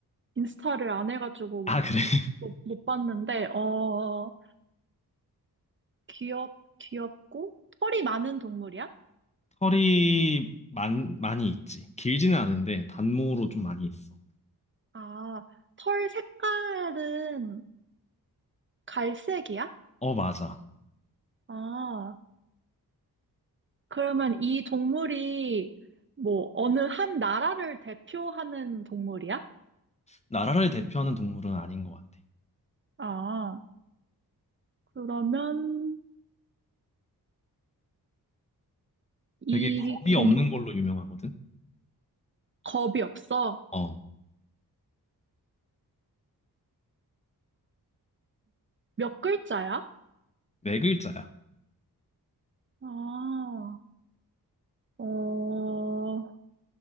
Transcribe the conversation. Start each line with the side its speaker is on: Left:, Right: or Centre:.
Right: 인스타를 안 해가지고
Left: 아, 그래. <laughs>
Right: 못, 못 봤는데, 어, 귀엽, 귀엽고 털이 많은 동물이야?
Left: 털이 많, 많이 있지. 길지는 않은데 단모로 좀 많이 있어.
Right: 아, 털 색깔은 갈색이야?
Left: 어, 맞아.
Right: 아, 그러면 이 동물이 뭐 어느 한 나라를 대표하는 동물이야?
Left: 나라를 대표하는 동물은 아닌 것 같아.
Right: 아, 그러면 이
Left: 되게 겁이
Right: 동,
Left: 없는 걸로 유명하거든.
Right: 겁이 없어?
Left: 어,
Right: 몇 글자야?
Left: 네 글자야.
Right: 아, 어,